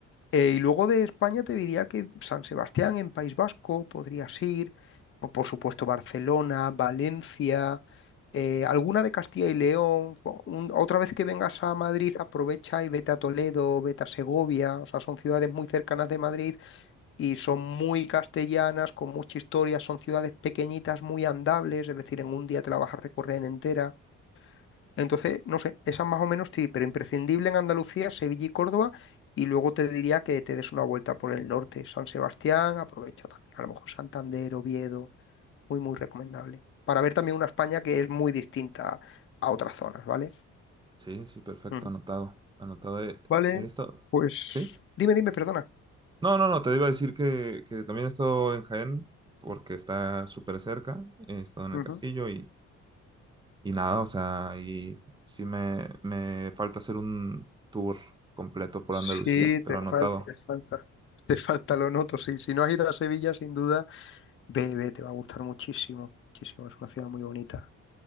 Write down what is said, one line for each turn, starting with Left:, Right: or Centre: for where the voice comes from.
Left: Eh, y luego de España te diría que San Sebastián en País Vasco podrías ir. o por supuesto Barcelona, Valencia, eh, alguna de Castilla y León. o- un- otra vez que vengas a Madrid, aprovecha y vete a Toledo, vete a Segovia. O sea, son ciudades muy cercanas de Madrid y son muy castellanas, con mucha historia, son ciudades pequeñitas, muy andables, es decir, en un día te la vas a recorrer entera. Entonces, no sé, esas más o menos sí, pero imprescindible en Andalucía, Sevilla y Córdoba, y luego te diría que te des una vuelta por el norte, San Sebastián, aprovecha también, a lo mejor Santander, Oviedo, muy, muy recomendable, para ver también una España que es muy distinta a otras zonas, ¿vale?
Right: Sí, sí, perfecto,
Left: Ujú,
Right: anotado. Anotado. He,
Left: Vale,
Right: he estado.
Left: pues
Right: ¿Sí?
Left: dime, dime, perdona.
Right: No, no, no, te iba a decir que, que también he estado en Jaén porque está súper cerca. He estado en
Left: ujú.
Right: el castillo y, y nada, o sea, y sí me, me falta hacer un tour completo por
Left: Sí,
Right: Andalucía,
Left: te
Right: pero anotado.
Left: falta, te falta. Te falta, lo noto. Sí, si no has ido a Sevilla, sin duda, ve, ve, te va a gustar muchísimo. Muchísimo, es una ciudad muy bonita.